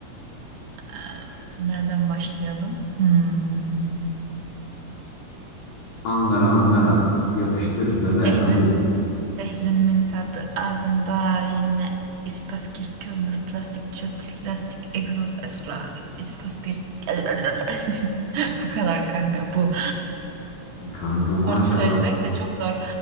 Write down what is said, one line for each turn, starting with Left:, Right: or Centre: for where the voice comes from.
Right: Eee, Nereden başlayalım? Hmm.
Left: Angara Angara yapıştır bebe
Right: Şehrim,
Left: hadi.
Right: şehrimin tadı ağzımda yine ispas kir kömür plastik çöp plastik egzoz esrar ispas bir <laughs> Bu kadar kanka bu
Left: Kanka maşallah.
Right: Orada söylemek de çok zor.